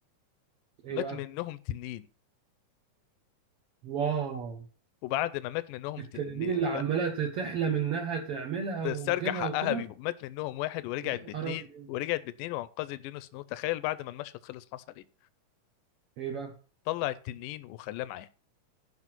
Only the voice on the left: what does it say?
مات
منهم تنين
وبعد ما مات منهم
تنين
تسترجع
حقها
بيهم مات منهم واحد ورجعت
باتنين
ورجعت باتنين وانقذت جون سنو تخيل بعد ما المشهد خلص حصل ايه
طلع التنين وخلاه معاه